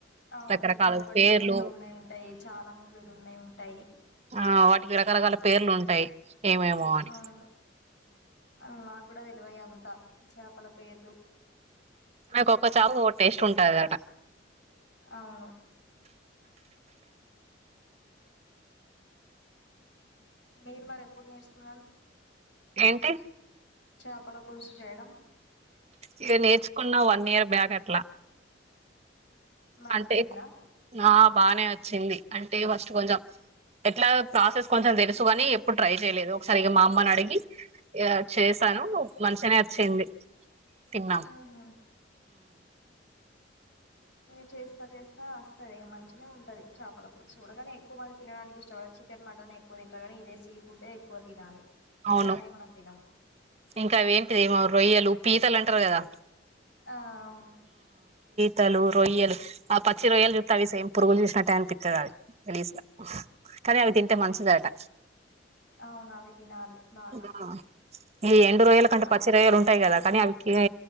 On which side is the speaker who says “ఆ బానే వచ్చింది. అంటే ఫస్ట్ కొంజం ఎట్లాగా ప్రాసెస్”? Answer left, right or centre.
Right